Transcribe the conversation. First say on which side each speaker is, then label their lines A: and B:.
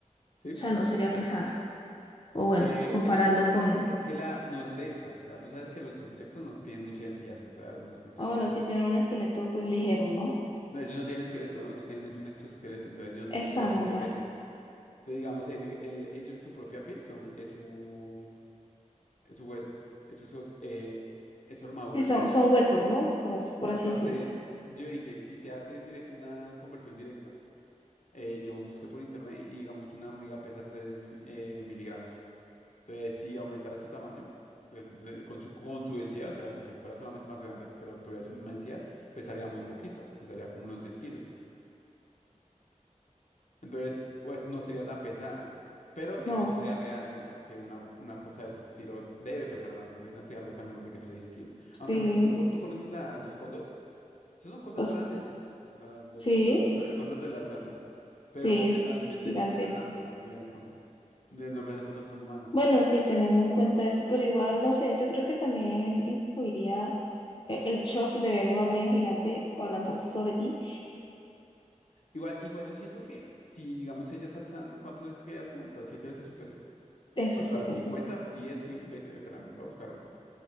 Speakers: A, on the left; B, on the left.
A: ¿sí?
B: sea, no sería pesada. O bueno,
A: Eh,
B: comparando
A: es que,
B: con...
A: es que la no es densa, o sea, tú sabes que los insectos no tienen mucha densidad, o sea, los insectos,
B: Ah, bueno,
A: pues,
B: si tiene un esqueleto, pues ligero, ¿no?
A: no, ellos no tienen esqueleto, ¿no? Ellos tienen es un exoesqueleto, entonces ellos no tienen
B: Esa
A: huesos
B: monda.
A: que pesen. Entonces, digamos, el, el, ellos su propia piel son, es su, es su, hue- es su, so- eh, es su armadura.
B: Sí, son, son huecos, ¿no? Por, as- por
A: Entonces,
B: así decirlo.
A: yo dije, si se hace dire- una conversión directa, eh, yo busqué por internet y digamos una hormiga pesa 3 eh, miligramos. Entonces, si aumentara su tamaño, re- re- con su, con su densidad, o sea, si fuera solamente más grande, pero tuviera su misma densidad, pesaría muy poquito, pesaría como unos 10 kilos. Entonces, pues no sería tan pesada. Pero eso
B: No,
A: no sería real, ¿no? Porque una, una cosa de ese estilo debe pesar más. Imagínate algo tan grande que pesa 10 kilos. Aunque
B: sí.
A: bueno, ¿tú, co- tú conoces la, los cóndores? Esas son cosas
B: Pues,
A: grandes. O sea, los
B: sí,
A: cóndores, la- el cóndor de las Andes. Pero
B: sí, es
A: él, realmente
B: gigante.
A: él no pesa tanto. Él, eh, con- él no pesa tanto como un humano.
B: Bueno, sí, teniendo en cuenta eso, pero igual, no sé, yo creo que también influiría eh, el shock de ver una hormiga gigante o lanzarse sobre ti.
A: Igual, igual yo siento que si, digamos, ellas alzan, ¿cuánto es que alzan? Hasta siete veces su peso.
B: Eso
A: O Hasta
B: sí, que
A: 50
B: eso sí.
A: 10 100 veces. Espera, voy a buscar rápido.